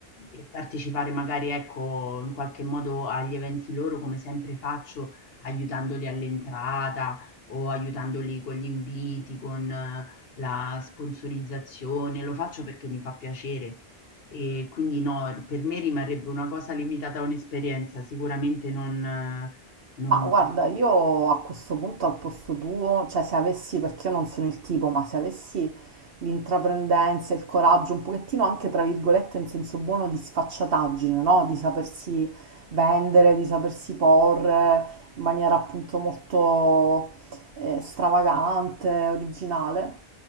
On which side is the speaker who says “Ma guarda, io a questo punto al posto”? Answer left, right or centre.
Right